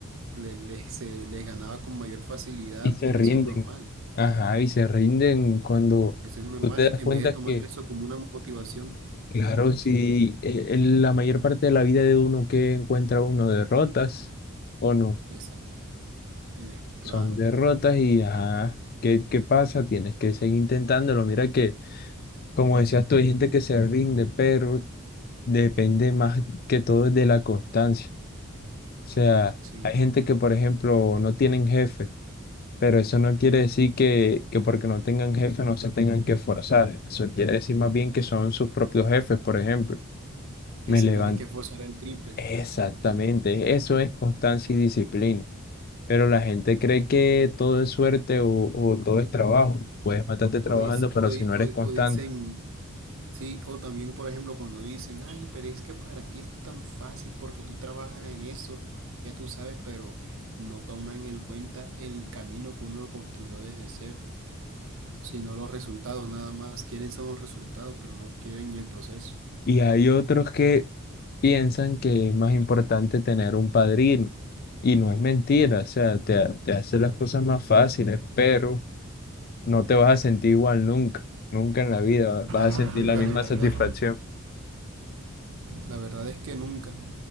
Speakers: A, on the right (about 60°); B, on the left (about 45°).
A: le- le- se les ganaba con mayor facilidad,
B: Y se
A: pero
B: rinden.
A: eso es normal.
B: Ajá, y se rinden cuando
A: Eso es normal
B: tú te
A: en
B: das cuenta
A: vez de tomar
B: que,
A: eso como una motivación.
B: claro, si eh, en la mayor parte de la vida de uno que encuentra uno derrotas o no,
A: Esa, eh, claro.
B: son derrotas y ajá. ¿Qué, qué pasa? Tienes que seguir intentándolo. Mira que, como decías tú, hay gente que se rinde, pero depende más que todo de la constancia. sea,
A: Sí.
B: hay gente que, por ejemplo, no tienen jefe, pero eso no quiere decir que, que porque no tengan jefe no se tengan que forzar. Eso quiere decir más bien que son sus propios jefes, por ejemplo.
A: Y
B: Me
A: se
B: levanto.
A: tienen que forzar el triple.
B: Exactamente, eso es constancia y disciplina. Pero la gente cree que todo es suerte o, o todo es trabajo. Puedes matarte trabajando,
A: O, dic-
B: pero
A: o di-
B: si no
A: o-
B: eres constante.
A: o dicen, Sí, o también, por ejemplo, cuando dicen, ay, pero es que para ti es tan fácil porque tú trabajas en eso, ya tú sabes, pero no toman en cuenta el camino que uno construyó desde cero, sino los resultados, nada más quieren son los resultados, pero no quieren el proceso.
B: Y hay otros que piensan que es más importante tener un padrino. Y no es mentira, o sea, te, ha- te hace las cosas más fáciles, pero no te vas a sentir igual nunca, nunca en la vida vas a
A: No,
B: sentir
A: nunca,
B: la misma
A: la verdad.
B: satisfacción.
A: La verdad es que nunca,